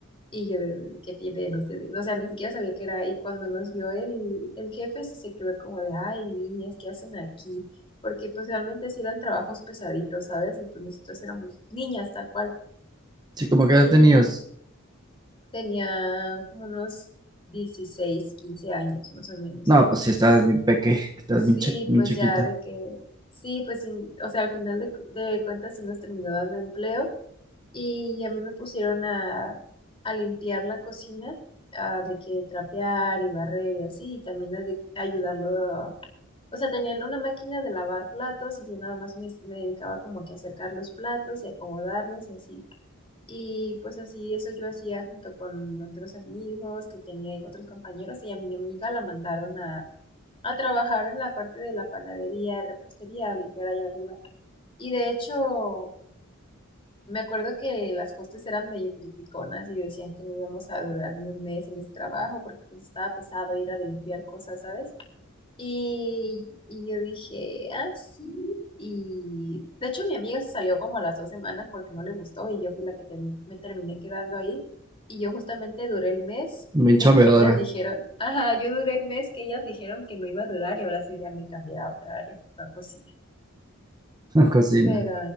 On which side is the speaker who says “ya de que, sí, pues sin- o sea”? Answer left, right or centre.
Left